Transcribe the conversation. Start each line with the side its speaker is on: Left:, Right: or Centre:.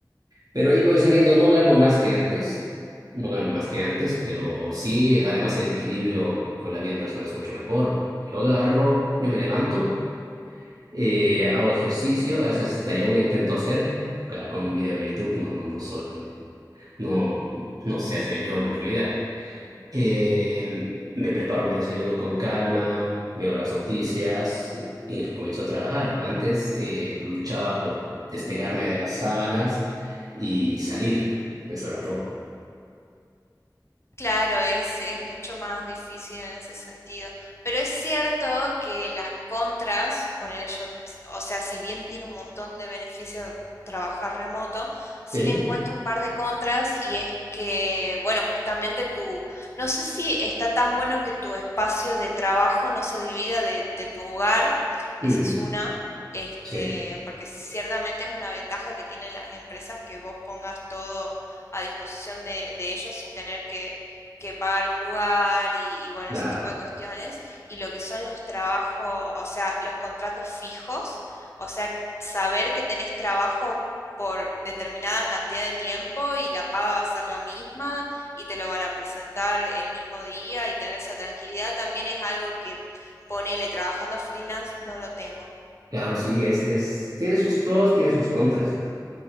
Right: Pero ahí voy saliendo, no gano más que antes, no gano más que antes, pero sí, además el equilibrio con la vida personal es mucho mejor. Yo agarro, yo me levanto. Eh, hago ejercicio, a veces hasta yoga intento hacer, claro, con un video de YouTube, no, no, no soy, no, no sé hacer yoga en realidad. Eh, me preparo mi desayuno con calma, veo las noticias y comienzo a trabajar. Antes eh, luchaba por despegarme de las sábanas y salir, eso era todo.
Left: Claro, es, es mucho más difícil en ese sentido. Pero es cierto que las contras, poner yo, t- o sea, si bien tiene un montón de beneficios trabajar remoto, sí
Right: Sí,
Left: le encuentro un par de contras y es que, bueno, justamente tu, no sé si está tan bueno que tu espacio de trabajo no se divida de, de tu hogar,
Right: Mm,
Left: esa es una. Este,
Right: sí,
Left: porque ciertamente es una ventaja que tienen las empresas que vos pongas todo a disposición de de ellos sin tener que, que pagar un lugar y, y, bueno,
Right: claro,
Left: ese tipo de cuestiones, y lo que son los trabajos, o sea, los contratos fijos, o sea, saber que tenés trabajo por determinada cantidad de tiempo y la paga va a ser la misma y te lo van a presentar el mismo día y tener esa tranquilidad también es algo que ponele trabajando freelance no lo tengo.
Right: claro, sí, es, es, tiene sus pros, tiene sus contras,